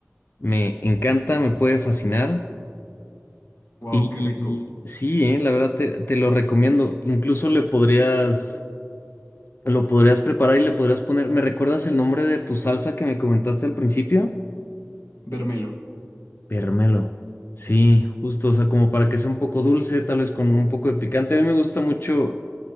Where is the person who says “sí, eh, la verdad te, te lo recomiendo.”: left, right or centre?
Left